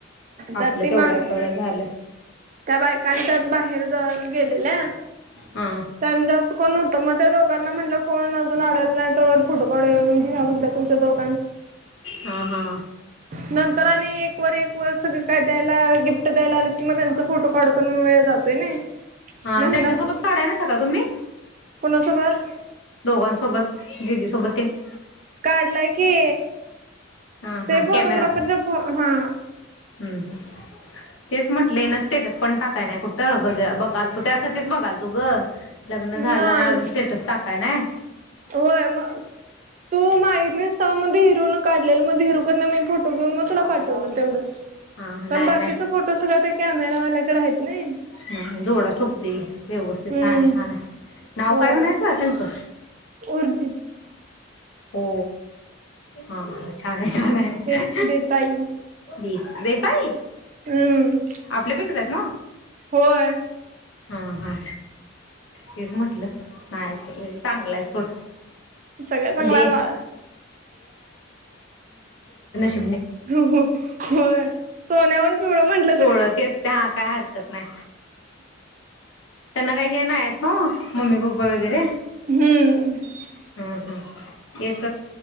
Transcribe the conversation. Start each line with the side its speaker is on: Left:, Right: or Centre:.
Left: आपलं
Right: तर ती माणसं
Left: तेवढ्यातलं तेवढं झालं.
Right: त्या बायकांच्यात बाहेर ज गेलेल्या
Left: हा
Right: त्यानं जास्त कोण न मग त्या दोघांना म्हटलं कोण अजून आलेल नाही तोवर फोटो काढून घेऊया म्हटलं तुमच्या दोघां
Left: हा हा
Right: नंतर आणि एक वर एक वर सगळं काय द्यायला गिफ्ट द्यायला आलेत की मग त्यांचं फोटो काढू पण वेळ जातोय नाही.
Left: हा
Right: मग
Left: त्यांच्यासोबत
Right: हेना
Left: काढायला नाहीसा काय तुम्ही?
Right: कोणासोबत?
Left: दोघांसोबत. दिदी सोबत तेन
Right: काढलाय की.
Left: हा
Right: ते
Left: हा
Right: फोटोग्राफरच्या
Left: कॅमेरात
Right: फोन हा.
Left: <inaudible> तेच म्हटले ना स्टेटस पण टाकायला नाही कुठं? अ बघा बघालतो त्यासाठीच बघालतो ग लग्न झालं
Right: नाही
Left: आणि अजून स्टेटस टाकालाय नाही.
Right: होय मग तू मागितलीस तवा माझं हिरोन काढलेलं माझ हिरोकडन मी फोटो घेऊन मग तुला पाठवलं तेवढंच.
Left: हा नाही
Right: पण बाकीच फोटो सगळं त्या कॅमेरावाल्याकडे आहेत. ना.
Left: हा जोडा शोभतोय. व्यवस्थित
Right: हम्म.
Left: छान छान आहे नाव
Right: होय
Left: काय म्हणायचं हं त्यांच?
Right: उर्जित
Left: हो हां हं छान छान आहे.
Right: देस देसाई
Left: देसाई
Right: हम्म
Left: आपल्या पैकीच आहेत. ना
Right: होय
Left: हं हा तेच म्हटलं नाही सगळ चांगल आहे सोड
Right: सगळ्या चांगला
Left: दे.
Right: आहे बाळ.
Left: <unintelligible>
Right: हु हु हो सोन्याहून पिवळ म्हंटल
Left: पिवळ्या तेच ते हा काय हरकत नाही. त्यांना काही हे नाही नव्ह मम्मी पप्पा वगैरे
Right: हं
Left: हम् हम तेच